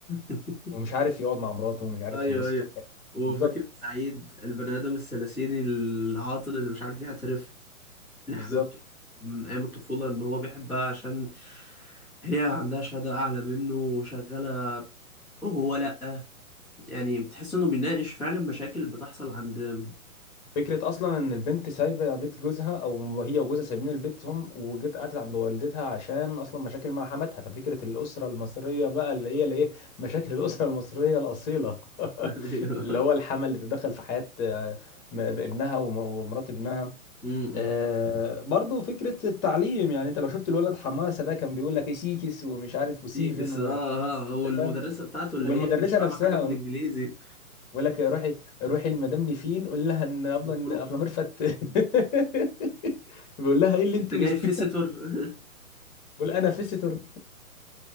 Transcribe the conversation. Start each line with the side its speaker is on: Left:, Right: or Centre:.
Centre: <laughs>
Left: ومش عارف يقعد مع مراته ومش عارف
Centre: ايوه
Left: ينبسط
Centre: ايوه
Left: في حياته
Centre: وفكرة
Left: بالظبط
Centre: سعيد البني آدم الثلاثيني العاطل اللي مش عارف يعترف ليه
Left: بالظبط
Centre: حبيبته من أيام الطفولة إن هو بيحبها عشان هي عندها شهادة أعلى منه وشغالة وهو لأ يعني بتحس إنه بيناقش فعلا مشاكل بتحصل عند <laughs>
Left: فكرة أصلا إن البنت سايبة بيت جوزها أو هي وجوزها سايبين البيت هم وجت قعدت عند والدتها عشان أصلا مشاكل مع حماتها ففكرة الأسرة المصرية بقى اللي هي الإيه مشاكل الأسرة المصرية الأصيلة <laughs>
Centre: أيوه.
Left: اللي هو الحما اللي تتدخل في حياة آه، م- ابنها وم- ومرات ابنها
Centre: م-م.
Left: آه برضو فكرة التعليم يعني انت لو شفت الولد حماسة ده كان بيقول لك ايه سيكس ومش عارف وسيفن
Centre: فيكس آه آه والمدرسة
Left: انت فاهم
Centre: بتاعته اللي
Left: والمدرسه
Centre: هي مش فاهمة
Left: نفسها
Centre: حاجة في الإنجليزي
Left: بقول لك روحي روحي لمدام نيفين قول لها ان ابله ان
Centre: بروف
Left: ابله
Centre: <laughs>
Left: ميرفت <laughs> بيقول لها ايه اللي انت
Centre: أنت جاي
Left: قلتيه
Centre: فيسيتور
Left: ده؟
Centre: <laughs>
Left: بقول انا فيستور